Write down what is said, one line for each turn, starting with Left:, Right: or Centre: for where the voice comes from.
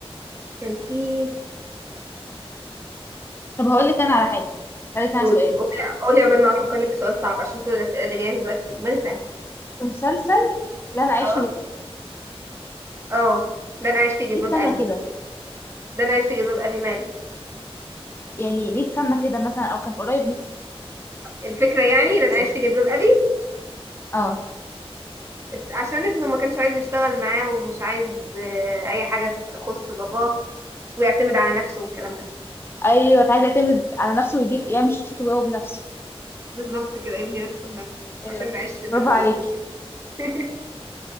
Right: كان في
Left: طب هقول لك انا على حاجه هقول لك انا
Right: قولي
Left: سؤال
Right: قولي قولي قبل ما افكر لك في سؤال صعب عشان كل الاسئله اللي جايه دلوقتي في دماغي سهله
Left: المسلسل اللي انا عايش
Right: اه
Left: فيه
Right: اه لن اعيش في جلباب
Left: ليه اتسمى
Right: ابي
Left: كده
Right: لن اعيش في جلباب ابي ماله
Left: يعني ليه اتسمى كده مثلا او كان قريب
Right: الفكره يعني لن اعيش
Left: من
Right: في جلباب ابي
Left: اه
Right: اتس- عشان ابنه ما كانش عايز يشتغل معاه ومش عايز آه، اي حاجه تخص باباه ويعتمد على نفسه والكلام ده
Left: ايوه كان عايز يعتمد على نفسه ويجيب يعمل شخصيته هو بنفسه
Right: بالظبط كده ابني نفسه بنفسه
Left: ايوه
Right: عشان ما يعيش في
Left: برافو
Right: ال...
Left: عليك
Right: في الجلد <laughs>